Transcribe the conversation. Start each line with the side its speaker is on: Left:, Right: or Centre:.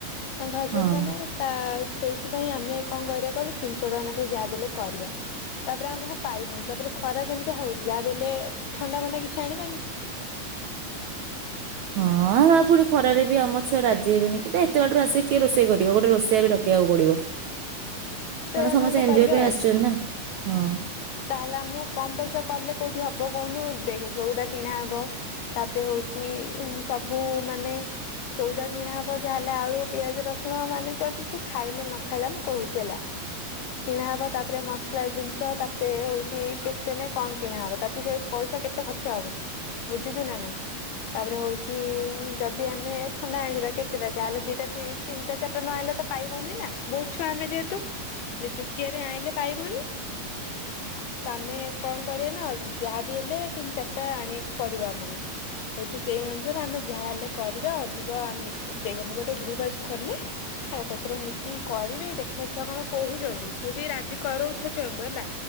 Left: ତାଙ୍କ ହଜବେଣ୍ଡ
Right: ହଁ।
Left: ମାନେ ତା ସେଇ। ସେଥିପାଇଁ ଆମେ କଣ କରିବା କହିଲୁ ତିନିଶହ ଟଙ୍କା ନେଖାଇ ଯାହା ବି ହେଲେ କରିବା ତାପରେ ଆମକୁ ପାଇବନି ତାପରେ ଖରା କେମିତି ହଉଛି ଯାହାବି ହେଲେ ଥଣ୍ଡା ଫଣ୍ଡା କିଛି ଆଣିବାନି।
Right: ହଁ ଆ ପୁଣି ଖରାରେ ବି ଆମ ଛୁଆ ରାଜି ହେବେନି କିଟ ଏତେ ବାଟୁ ଆସିଲେ କିଏ ରୋଷେଇ କରିବ ଗୋଟେ ରୋଷେଇଆ ବି ଡକିବାକୁ ପଡିବ।
Left: ସେ
Right: କାରଣ ସମସ୍ତେ
Left: ନହେଲେ
Right: ଏଞ୍ଜୟ
Left: କରିବା
Right: ପାଇଁ
Left: ଆଉ
Right: ଆସିଛନ୍ତି ନା। ହଁ
Left: ତାହେଲେ ଆମକୁ କମ ପଇସା କଲେ କୋଉଠି ହବ। କହୁନୁ ଦେଖ ସଉଦା କିଣାହବ ତାପରେ ହଉଛି ସବୁ ମାନେ ସଉଦା କିଣା ହବ ଯାହାହେଲେ ଆଳୁ ପିଆଜ ରସୁଣ ମାନେ ଯିଏ କିଛି ଖାଇଲେ ନ ଖାଇଲା ମୁଁ କହୁଛି ହେଲା। କିଣାହବ ତାପରେ ମସଲା ଜିନିଷ ତାପରେ ହଉଛି କେତେ ନାଇ କଣ କିଣାହବ ତାପରେ ସେଇ ପଇସା କେତେ ଖର୍ଚ୍ଚ ହବ ବୁଝୁଛୁ ନା ନାଇଁ ତାପରେ ହଉଛି ଯଦି ଆମେ ଥଣ୍ଡା ଆଣିବା କେତେଟା ଯାହାହେଲେ ଦିଟା ତିନିଟା ଚାରିଟା ନ ଆଣିଲେ ତ ପାଇବନି ନା ବହୁତଛୁଆ ଆମେ ଯେହେତୁ। ଲିଟର କିଆ ବି ଆଣିଲେ ପାଇବନି ତ ଆମେ କଣ କରିବା ନା ଯାହାବି ହେଲେ ତିନି ଚାରିଟା ଆଣିବାକୁ ପଡିବ ଆମକୁ, ହଉଛି ସେଇ ଅନୁସାରେ ଆମେ ଯାହାହଲେ କରିବା ଅଧିକ ଆମେ, ମୁଁ ଗୋଟେ ଗ୍ରୁପ ଆଜି ଖୋଲେ ସେଥିରେ ମିଟିଂ କରିବି ଦେଖିବି। ଛୁଆ କଣ କହୁଛନ୍ତି ତୁ ବି ରାଜି କରଉଥା ଛୁଆଙ୍କୁ ହେଲା।